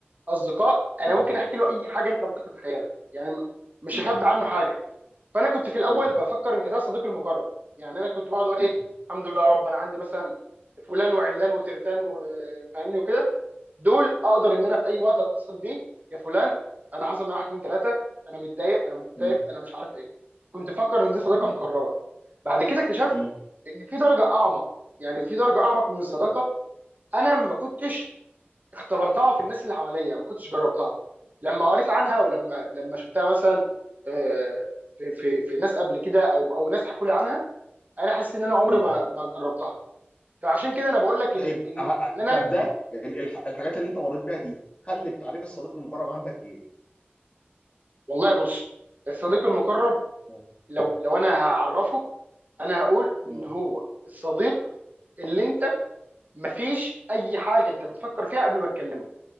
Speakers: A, on the right (about 40°); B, on the left (about 30°).
A: اصدقاء انا
B: مم.
A: ممكن احكي له اي حاجه انت ممكن تتخيلها يعني م- مش
B: مم.
A: هخبي عنه حاجه فانا كنت في الاول
B: مم.
A: بفكر ان ده صديقي المقرب يعني انا كنت بقعد اقول ايه
B: مم.
A: الحمد لله يا رب انا عندي مثلا فلان وعلان وترتان وفاهمني وكده دول اقدر ان انا في اي وقت اتصل بيه يا فلان انا حصل معايا واحد اتنين تلاته انا متضايق انا مكتئب
B: مم.
A: انا مش عارف ايه كنت مفكر ان دي صداقه
B: مم.
A: مقربه بعد كده اكتشفت
B: مم.
A: ان في درجه اعمق يعني في درجه اعمق من الصداقه انا ما كنتش اختبرتها في الناس اللي حواليا ما كنتش جربتها لما قريت عنها ولما لما شفتها مثلا آه، في في في ناس قبل كده او او ناس حكوا لي عنها انا حسيت ان انا عمري
B: مم.
A: ما ما جربتها فعشان كده انا بقول لك
B: طيب
A: ان ان
B: ه-
A: ان انا
B: طب ده ال- الح- الحاجات اللي انت مريت بيها دي خلت تعريف الصديق المقرب عندك ايه؟
A: والله بص الصديق المقرب
B: مم.
A: لو لو انا هعرفه انا هقول
B: مم.
A: ان هو الصديق اللي انت مفيش اي حاجه انت بتفكر فيها قبل ما تكلمه